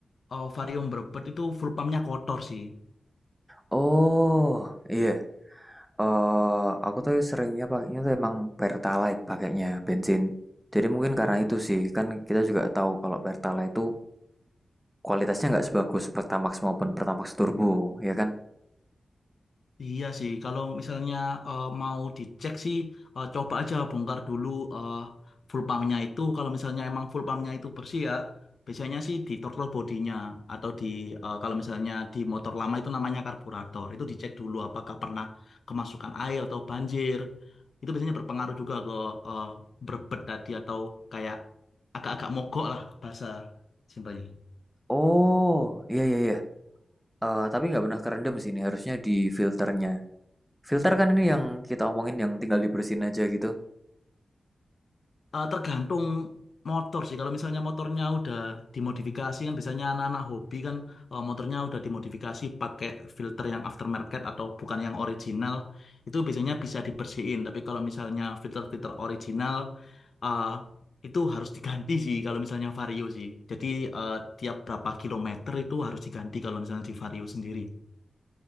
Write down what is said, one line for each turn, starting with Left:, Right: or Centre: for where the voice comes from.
Left: eh, Varium berbet itu full pumpnya kotor sih.
Centre: Oh, iya. Eh, aku tuh seringnya pakainya tuh emang Pertalite pakainya bensin. Jadi mungkin karena itu sih, kan kita juga tahu kalau Pertalite itu kualitasnya nggak sebagus Pertamax maupun Pertamax Turbo, ya kan?
Left: Iya sih, kalau misalnya eh, mau dicek sih, eh, coba aja bongkar dulu eh, full pumpnya itu. Kalau misalnya emang full pumpnya itu bersih ya, biasanya sih di throttle bodinya atau di eh, kalau misalnya di motor lama itu namanya karburator. Itu dicek dulu apakah pernah kemasukan air atau banjir. Itu biasanya berpengaruh juga ke eh, berbet tadi atau kayak agak-agak mogok lah bahasa simpelnya.
Centre: Oh, iya iya iya. Eh, tapi nggak pernah kerendam sih ini, harusnya di filternya. Filter kan ini yang kita omongin yang tinggal dibersihin aja gitu.
Left: Eh, tergantung motor sih. Kalau misalnya motornya udah dimodifikasi kan biasanya anak-anak hobi kan eh, motornya udah dimodifikasi pakai filter yang aftermarket atau bukan yang original. Itu biasanya bisa dibersihin. Tapi kalau misalnya filter-filter original eh, itu harus diganti sih kalau misalnya Vario sih. Jadi eh, tiap berapa kilometer itu harus diganti kalau misalnya di Vario sendiri.